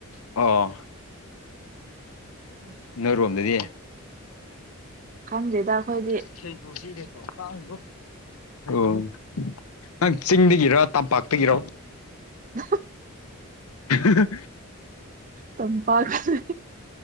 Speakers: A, on the left; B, on the right.
A: ꯑꯣ
B: ꯎꯝ
A: ꯅꯣꯏꯔꯣꯝꯗꯗꯤ
B: ꯈꯪꯖꯦꯗꯈꯣꯏꯗ
A: ꯁꯤ ꯇꯁꯤꯗꯦꯠꯇꯣ ꯀꯥꯣ ꯑꯣ ꯅꯪ ꯆꯤꯡꯗꯒꯤꯔ ꯇꯝꯄꯥꯛꯇꯒꯤꯔꯣ
B: ꯎ
A: ꯍ
B: ꯇꯝꯄꯥꯁ